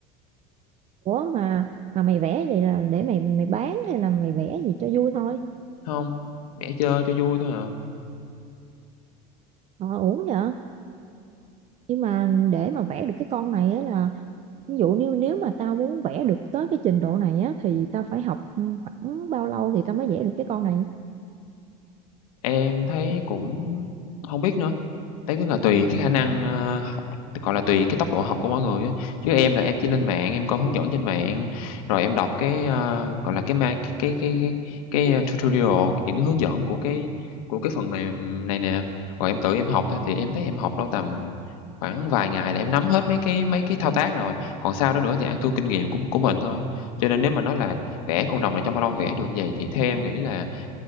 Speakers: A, on the right; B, on the left.
A: Ủa mà mà mày vẽ vậy là để mày mày bán hay là mày vẽ gì cho vui thôi?
B: không vẽ chơi cho vui thôi à,
A: Ờ, uổng vậy. Nhưng mà để mà vẽ được cái con này á là ví dụ nếu nếu mà tao muốn vẽ được tới cái trình độ này á thì tao phải học ừ, khoảng bao lâu thì tao mới vẽ được cái con này
B: em thấy cũng không biết nữa, Đấy cũng là tùy cái khả năng, ơ, học gọi là, tùy cái tốc độ học của mỗi người á. Chứ em là em chỉ lên mạng, em coi hướng dẫn trên mạng, rồi em đọc cái, ơ, gọi là, cái ma cái cái cái cái cái, ờ, tutorial, những cái hướng dẫn của cái của cái phần mềm này nè, rồi em tự em học thôi. Thì em thấy em học đâu tầm khoảng vài ngày là em nắm hết mấy cái mấy cái thao tác rồi, còn sau đó nữa thì ăn thua kinh nghiệm của của mình thôi. Cho nên nếu mà nói là vẽ con rồng này trong bao lâu vẽ được vậy thì theo em nghĩ là